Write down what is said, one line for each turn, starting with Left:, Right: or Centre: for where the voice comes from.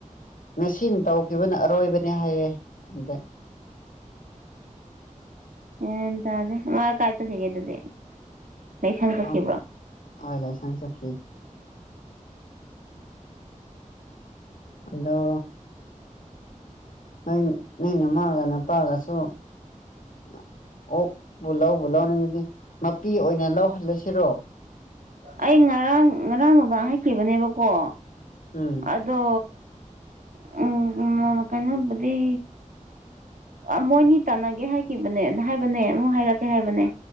Left: ꯉꯁꯤꯅ ꯇꯧꯈꯤꯕꯅ ꯑꯔꯣꯏꯕꯅꯦ ꯍꯥꯏꯌꯦ ꯍꯟꯗꯛ
Right: ꯌꯥꯟ ꯇꯥꯗꯦ ꯃꯥ ꯀꯥꯏ ꯆꯠꯈꯤꯒꯦ ꯑꯗꯨꯗꯤ ꯂꯥꯏꯁꯪ ꯆꯠꯈꯤꯕ꯭ꯔꯣ
Left: <unintelligible> ꯂꯥꯏꯁꯪ ꯆꯠꯈꯤ ꯑꯗꯣ ꯅꯣꯏ ꯅꯣꯏ ꯅꯃꯥꯒ ꯅꯄꯥꯒꯁꯨ <unintelligible> ꯑꯣꯛꯄꯨ ꯂꯧꯕꯨ ꯂꯧꯅꯤꯡꯉꯗꯤ ꯃꯄꯤ ꯑꯣꯏꯅ ꯂꯧꯍꯜꯂꯁꯤꯔꯣ
Right: ꯑꯩ ꯉꯔꯥꯡ ꯉꯔꯥꯡ ꯕꯥꯕꯥꯟ ꯍꯥꯏꯈꯤꯕꯅꯦꯕꯀꯣ
Left: ꯎꯝ
Right: ꯑꯗꯣ <unintelligible> ꯎꯝ <unintelligible> ꯀꯩꯅꯣꯕꯨꯗꯤ ꯑ ꯃꯣꯏꯅꯤ ꯇꯥꯟꯅꯒꯦ ꯍꯥꯏꯈꯤꯕꯅꯦ ꯅ ꯍꯥꯏꯕꯅꯦ ꯑꯃꯨꯛ ꯍꯥꯏꯔꯛꯀꯦ ꯍꯥꯏꯕꯅꯦ